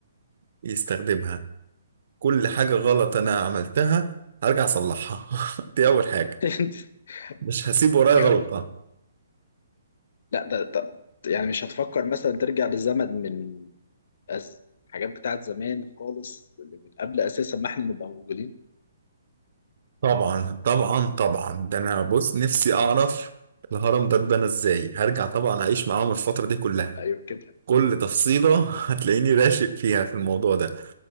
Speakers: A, on the right; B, on the left.
A: يستخدمها كل حاجة غلط انا عملتها هرجع اصلحها <laughs> دي اول حاجة
B: <laughs>
A: مش هسيب ورايا
B: دي
A: غلطة
B: أول لا ده, ده يعني مش هتفكر مثلا ترجع للزمن من أز... حاجات بتاعت زمان خالص اللي من قبل أساسا ما إحنا نبقى موجودين
A: طبعا طبعا طبعا ده انا بص نفسي اعرف الهرم ده اتبنى ازاي هرجع طبعا اعيش معاهم الفترة دي كلها
B: أيوه كده
A: كل تفصيلة <laughs> هتلاقيني راشق فيها في الموضوع ده